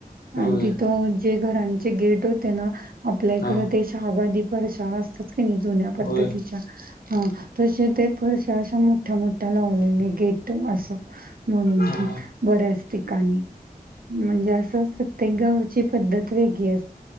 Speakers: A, on the right (about 70°); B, on the left (about 80°).
A: आणि
B: होय
A: तिथं जे घरांचे गेट होते ना आपल्या इकडं
B: हा
A: ते <unintelligible> जुन्या पद्धतीच्या
B: होय
A: हा तशे ते फरश्या अश्या मोठ्या मोठ्या लावलेले गेट असं म्हणून
B: हा
A: बर असते आणि म्हणजे अस सत प्रत्येक गावची पद्धत वेग अस